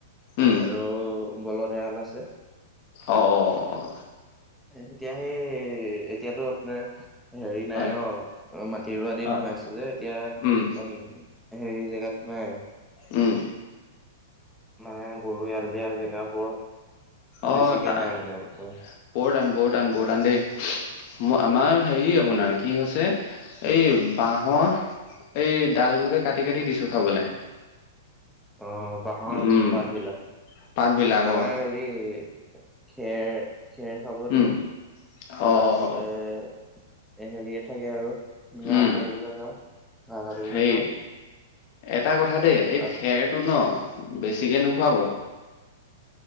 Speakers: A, on the left; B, in the centre.
A: উম,
B: আৰু বলদ এহাল আছে।
A: অ', অ'।
B: এতিয়াহে এতিয়াতো আপোনাৰ হেৰি নাই
A: হয়
B: ন' মাটি ৰোৱা দিন
A: অ',
B: হৈ আছে যে এতিয়া
A: উম,
B: উ হেৰি জেগাত নাই।
A: উম।
B: মানে গৰু এৰাল দিয়া জেগা বৰ
A: অ',
B: বেছিকে
A: ত
B: নাই মানে বৰ্তমান।
A: বৰ টান বৰ টান বৰ টান দেই। ম আমাৰ হেৰি আপোনাৰ কি হৈছে এই বাঁহৰ এই ডালভোকে কাটি কাটি দিছো খাবলৈ।
B: অ', বাঁহৰ
A: উম
B: পাত বিলাক?
A: পাত বিলাক
B: আমাৰ
A: অ
B: হেৰি খেৰ খেৰ খাব দিওঁ
A: উম
B: প্লাছ
A: অ অ অ
B: এ হেৰিয়ে থাকে আৰু ঘাঁহ
A: উম
B: কাটিবলৈ যাওঁ, ঘাঁহ কাটবলৈ
A: হেৰি
B: যাওঁ।
A: এটা কথা দেই এই
B: তাৰপিছত
A: খেৰটো ন' বেছিকে নোখোৱাব।